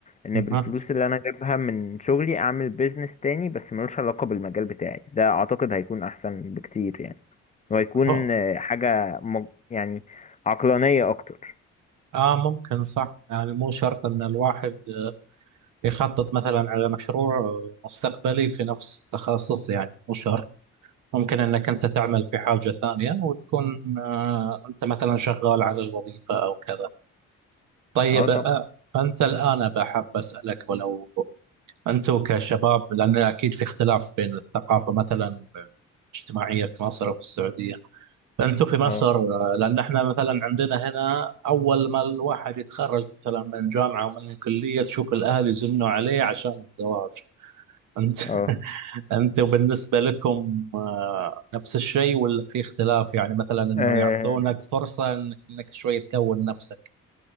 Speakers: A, on the left (about 25°); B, on the right (about 80°).
A: ان بالفلوس
B: اها
A: اللي انا جايبها من شغلي اعمل بيزنس تاني بس ملوش علاقة بالمجال بتاعي ده اعتقد هيكون احسن بكتير يعني وهيكون
B: هو-
A: آه، حاجة مج- يعني عقلانية اكتر
B: اه ممكن صح يعني مو شرط ان الواحد يخطط مثلا على مشروع مستقبلي في نفس تخصص يعني مو شرط ممكن انك انت تعمل في حاجة ثانية وتكون آه انت مثلا شغال على الوظيفة او كذا طيب
A: اه طب
B: آه انت الان بحب اسالك ولو أنتوا كشباب لأن أكيد في اختلاف بين الثقافة مثلا الاجتماعية في مصر وفي السعودية فأنتوا في مصر
A: اه
B: آه، لأن إحنا مثلا عندنا هنا أول ما الواحد يتخرج مثلا من جامعة ومن الكلية تشوف الأهل يزنوا عليه عشان الزواج أنت <laughs>
A: اه
B: أنتوا بالنسبة لكم آه، نفس الشيء ولا في اختلاف يعني مثلا إنه
A: آه
B: يعطونك فرصة إنك إنك شوي تكون نفسك؟